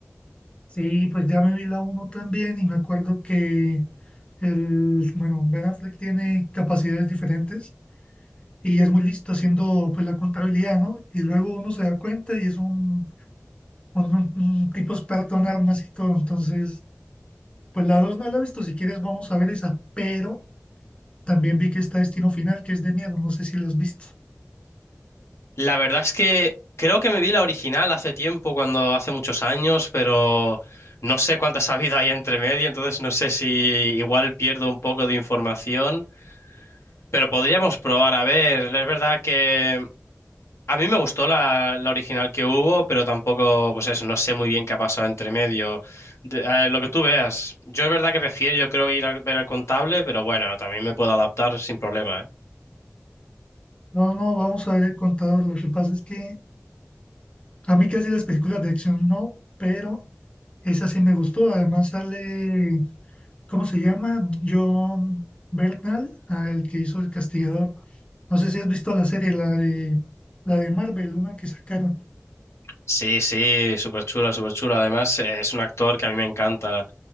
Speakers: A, on the left; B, on the left.
A: Sí, pues ya me vi la uno también y me acuerdo que el, bueno, Ben Affleck tiene capacidades diferentes y es muy listo haciendo pues la contabilidad, ¿no? Y luego uno se da cuenta y es un, un, un tipo experto en armas y todo. Entonces, pues la 2 no la he visto, si quieres vamos a ver esa, pero... También vi que está Destino Final, que es de miedo, no sé si lo has visto.
B: La verdad es que creo que me vi la original hace tiempo, cuando hace muchos años, pero no sé cuántas ha habido ahí entre medio, entonces no sé si igual pierdo un poco de información, pero podríamos probar a ver. Es verdad que a mí me gustó la, la original que hubo, pero tampoco, pues eso, no sé muy bien qué ha pasado entre medio. De- eh, lo que tú veas, yo es verdad que prefiero, yo creo ir a ver al contable, pero bueno, también me puedo adaptar sin problema, ¿eh?
A: No, no, vamos a ver el contador. Lo que pasa es que a mí casi las películas de acción no, pero esa sí me gustó. Además sale, ¿cómo se llama? John Bernthal, ah, el que hizo El Castigador. No sé si has visto la serie, la de, la de Marvel, una que sacaron.
B: Sí, sí, súper chula, súper chula. Además, eh, es un actor que a mí me encanta.